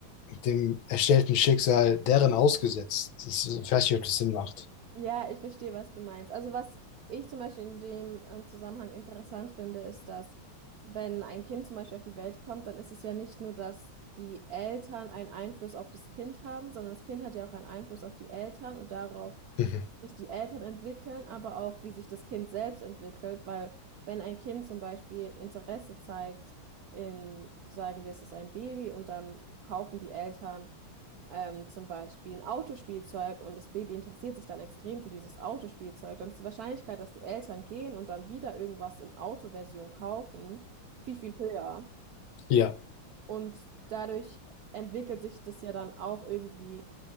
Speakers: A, on the left; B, on the right.
A: dem erstellten Schicksal deren ausgesetzt. Das ist, ich weiß nicht, ob das Sinn macht.
B: Ja, ich verstehe, was du meinst. Also was ich zum Beispiel in dem äh, Zusammenhang interessant finde, ist, dass wenn ein Kind zum Beispiel auf die Welt kommt, dann ist es ja nicht nur, dass die Eltern einen Einfluss auf das Kind haben, sondern das Kind hat ja auch einen Einfluss auf die Eltern und darauf,
A: Mhm.
B: wie sich die Eltern entwickeln, aber auch, wie sich das Kind selbst entwickelt, weil wenn ein Kind zum Beispiel Interesse zeigt in, sagen wir, es ist ein Baby und dann kaufen die Eltern ähm, zum Beispiel ein Autospielzeug und das Baby interessiert sich dann extrem für dieses Autospielzeug, dann ist die Wahrscheinlichkeit, dass die Eltern gehen und dann wieder irgendwas in Autoversion kaufen, viel, viel höher.
A: Ja.
B: Und dadurch entwickelt sich das ja dann auch irgendwie.